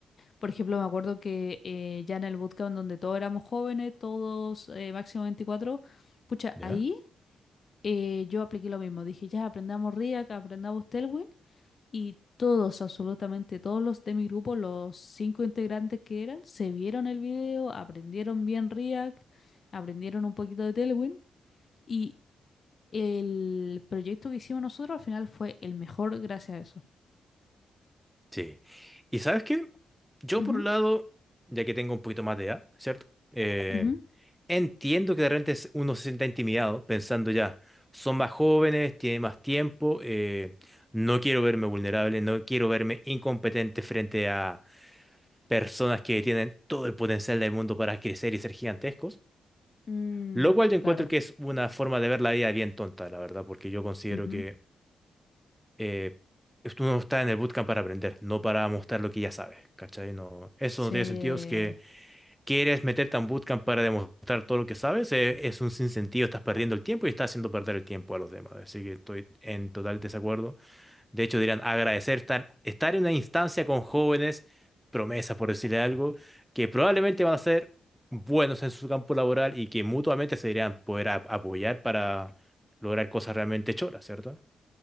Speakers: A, on the left; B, in the centre.
A: Por ejemplo, me acuerdo que eh, ya en el bootcamp donde todos éramos jóvenes, todos eh, máximo 24, pucha,
B: ¿Ya?
A: ahí eh, yo apliqué lo mismo. Dije, ya aprendamos React, aprendamos Tailwind y todos, absolutamente todos los de mi grupo, los cinco integrantes que eran, se vieron el video, aprendieron bien React, aprendieron un poquito de Tailwind y el proyecto que hicimos nosotros al final fue el mejor gracias a eso.
B: Sí. ¿Y sabes qué? Yo
A: Ujú,
B: por un lado, ya que tengo un poquito más de edad, ¿cierto? Eh,
A: ujú.
B: entiendo que de repente es- uno se sienta intimidado pensando ya, son más jóvenes, tienen más tiempo, eh, no quiero verme vulnerable, no quiero verme incompetente frente a personas que tienen todo el potencial del mundo para crecer y ser gigantescos,
A: Mm,
B: lo cual yo encuentro
A: claro.
B: que es una forma de ver la vida bien tonta, la verdad, porque yo considero
A: ujú.
B: que eh, tú no estás en el bootcamp para aprender, no para mostrar lo que ya sabes, ¿cachai? No, eso
A: Se
B: no tiene sentido, es que quieres meterte a un bootcamp para demostrar todo lo que sabes, eh, es un sinsentido, estás perdiendo el tiempo y estás haciendo perder el tiempo a los demás, así que estoy en total desacuerdo. De hecho, dirán agradecer tan- estar en una instancia con jóvenes, promesas por decirle algo, que probablemente van a ser buenos en su campo laboral y que mutuamente se deberían poder ap- apoyar para lograr cosas realmente choras, ¿cierto?